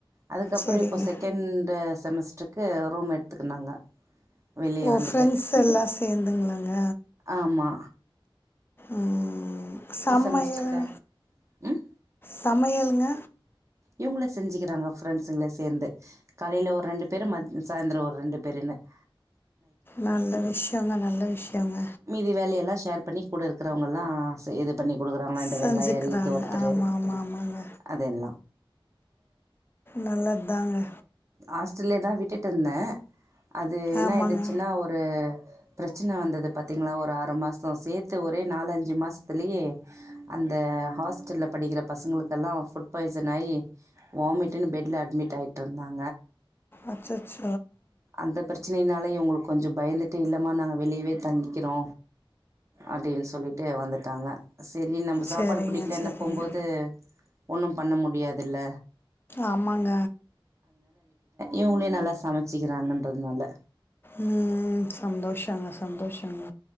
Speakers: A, on the right; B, on the left.
A: அதுக்கப்றோ
B: சரிங்க
A: இப்போ செகண்டு செமஸ்டர்க்கு ரூம் எடுத்துக்குனாங்க வெளிய
B: ஓ
A: வந்துட்ட
B: ஃப்ரெண்ட்ஸ் எல்லாம் சேர்ந்துங்களாங்க
A: ஆமா
B: ம் சமையல்
A: செமஸ்டரில் ம்
B: சமையலுங்க
A: இவுங்ளே செஞ்சிக்கிறாங்க ஃப்ரெண்ட்ஸுங்ளே சேந்து காலையில ஒரு ரெண்டு பேரு மத் சாயந்தரோ ஒரு ரெண்டு பேருன்னு <inaudible>
B: நல்ல விஷ்யங்க நல்ல விஷ்யங்க
A: மீதி வேலையெல்லா ஷேர் பண்ணி கூடருக்கிறவங்கெல்லா செய்து பண்ணி குடுக்கறாங்ளா இந்த
B: செஞ்சுக்கிறாங்க
A: வெங்காய அரியிற்து ஒர்த்தரு
B: ஆமாம் ஆமாம் ஆமாங்க
A: அதெல்லா
B: நல்லதாங்க
A: ஹாஸ்டல்லேயேதா விட்டுட்ருந்தே அது என்ன
B: ஆமாங்க
A: ஆயிடுச்சின்னா ஒரு பிரச்சன வந்தது பாத்திங்ளா ஒரு ஆறு மாசோ சேத்து ஒரே நாலஞ்சி மாசத்திலியே அந்த அ ஹாஸ்டல்ல படிக்கிற பசங்களுக்கெல்லா ஃபுட் பாய்சனாயி வாமிட்டுனு பெட்ல அட்மி்ட்டாயிட்ருந்தாங்க
B: அச்சச்
A: அந்த பிரச்சனைனால இவுங்களுக் கொஞ்ச பயந்துட்டு இல்லமா நாங்க வெளியவே தங்கிக்கிறோ அப்டின் சொல்லிட்டு வந்துட்டாங்க செரி நம்ப சாப்பாடு
B: சரிங்க
A: புடிக்கலன்ன
B: சரிங்க
A: போபோது ஒண்ணு பண்ண முடியாதில்ல
B: ஆமாங்க
A: இவுங்ளே நல்லா சமச்சிக்கிறாங்கன்றத்னால
B: ம் சந்தோஷங்க சந்தோஷங்க